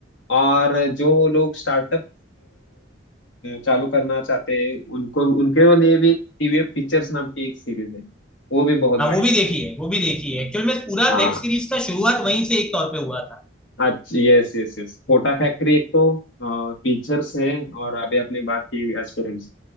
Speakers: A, on the left; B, in the centre.
A: और जो लोग स्टार्टअप चालू करना चाहते हैं उनको उनके लिए भी टीवीएफ पिक्चर्स नाम की एक सीरीज है वो भी बहुत
B: हाँ
A: बढ़िया
B: वो भी
A: है
B: देखी है वो भी देखी है एक्चुअल में पूरा
A: हाँ
B: वेब सीरीज का शुरुआत वहीं से एक तौर पे हुआ था
A: अच्छा yes yes yes Kota factory एक तो फीचर्स है और अभी आपने बात की एस्पिरेंट्स